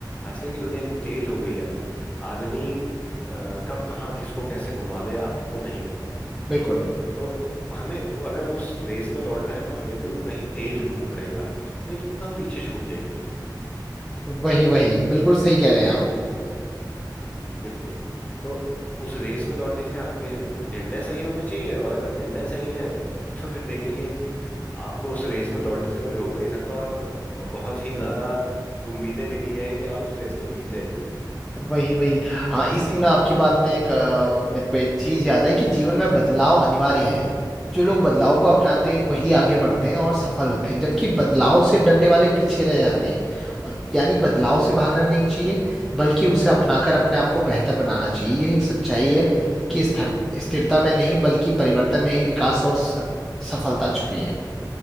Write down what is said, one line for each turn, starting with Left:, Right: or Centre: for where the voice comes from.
Left: आजकल की दुनिया इतनी तेज हो गई है ना आदमी अ, कब कहाँ किसको कैसे घुमा दे आपको नहीं पता
Centre: बिल्कुल
Left: तो हमें अगर उस रेस में दौड़ना है तो हमें भी उतना ही तेज होना पड़ेगा नहीं तो हम पीछे छूट जाएंगे
Centre: वही वही बिल्कुल सही कह रहे हैं आप
Left: बिल्कुल तो उस रेस में दौड़ने के लिए आपके निर्णय सही होने चाहिए और अगर निर्णय सही है तो फिर देखिए कि आपको उस रेस में दौड़ने से कोई रोक नहीं सकता और अ, बहुत ही ज्यादा उम्मीदें मेरी ये हैं कि आप उस रेस में जीत जाएंगे
Centre: वही वही हाँ इसी में आपकी बात में एक अ, मेरे को एक चीज याद आई कि जीवन में बदलाव अनिवार्य है जो लोग बदलाव
Left: हाँ
Centre: को अपनाते हैं वही आगे बढ़ते हैं और सफल होते हैं जबकि बदलाव से डरने वाले पीछे रह जाते हैं और यानी बदलाव से भागना नहीं चाहिए बल्कि उसे अपनाकर अपने आप को बेहतर बनाना चाहिए यह एक सच्चाई है कि स्थिर स्थिरता में नहीं बल्कि परिवर्तन में ही विकास और स, सफलता छुपी है